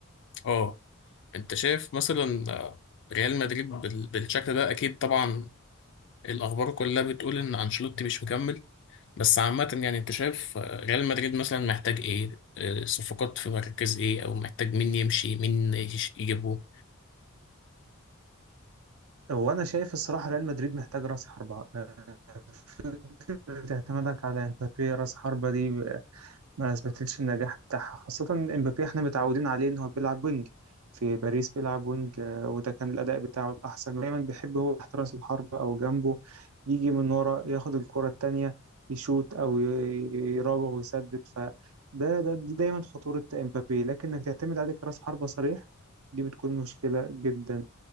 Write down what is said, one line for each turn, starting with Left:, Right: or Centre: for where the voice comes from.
Left: اه انت شايف مثلا آه، ريال مدريد بال- بالشكل ده اكيد طبعا الاخبار كلها بتقول ان انشيلوتي مش مكمل بس عامة يعني انت شايف آه، ريال مدريد مثلا محتاج ايه آه، صفقات في مركز ايه او محتاج مين يمشي مين يش- يجيبه
Right: هو أنا شايف الصراحة ريال مدريد محتاج رأس حربة آه، فكرة اعتمادك على مبابي رأس حربة دي ما اثبتتش النجاح بتاعها خاصة امبابي احنا متعودين عليه ان هو بيلعب وينج في باريس بيلعب وينج آه، وده كان الاداء بتاعه الاحسن دايما بيحب هو تحت راس الحربة او جنبه يجي من ورا ياخد الكرة التانية يشوت او ي- يراوغ ويسدد فده ده دي دايما خطورة امبابي لكن انك تعتمد عليه كراس حربة صريح دي بتكون مشكلة جدا